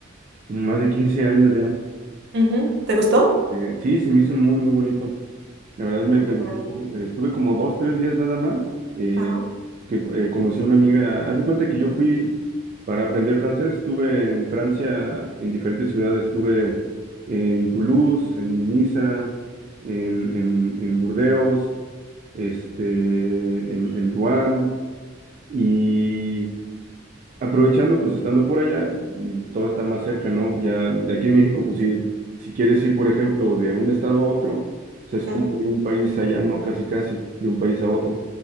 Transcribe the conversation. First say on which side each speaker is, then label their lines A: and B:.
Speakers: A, on the right; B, on the right.
A: como más de 15 años ya.
B: <laughs> Ujú. ¿Te gustó?
A: Eh, sí, se me hizo muy, muy bonito. La verdad me, me
B: Te
A: gustó.
B: comento.
A: eh, Estuve como dos, tres días nada más, eh,
B: Ajá,
A: que eh, conocí una amiga. Haz de cuenta que yo fui para aprender francés. Estuve en Francia, en diferentes ciudades. Estuve en Toulouse, en Niza, en, en, en Burdeos, este, en, en Rouen. Y, Aprovechando, pues estando por allá, mm, todo está más cerca, ¿no? Ya de aquí en México, pues si, si quieres ir, por ejemplo, de un estado a otro, pues es
B: ujú.
A: como ir a un país allá, ¿no? Casi, casi, de un país a otro.